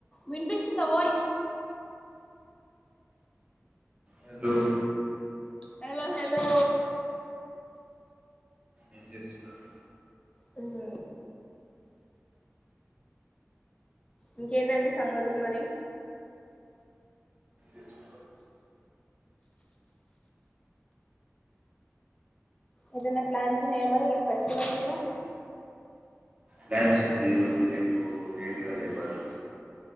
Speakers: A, on the left; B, on the right.
A: వినిపిస్తుందా వాయిస్
B: హలో
A: హలో హలో
B: ఏం చేస్తున్నారు
A: హమ్ ఇంకేంటండి సంగతులు మరి
B: ఇ చె
A: ఏదన్న ప్లాన్స్ ఉన్నాయా మరి రీ బ్బస్ ఇవ్వరు కదా
B: డాన్సీ రేపటి నించి రేపు లేటుగలెవ్వాలి